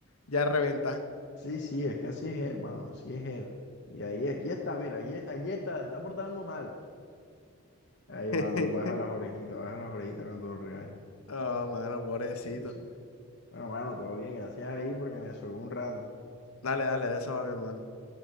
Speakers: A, on the left; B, on the left.
A: ya reventa
B: Sí, sí, es que así es él, mano, así es él. Y ahí, aquí está, mira, allí, allí está, se está portando mal. Ahí,
A: <laughs>
B: mano, baja las orejitas, baja las orejitas cuando lo regañen.
A: Oh, mano, pobrecito.
B: Sí, sí. Bueno, mano, todo bien, gracias ahí porque me sobró un rato.
A: Dale, dale, de eso va mi hermano.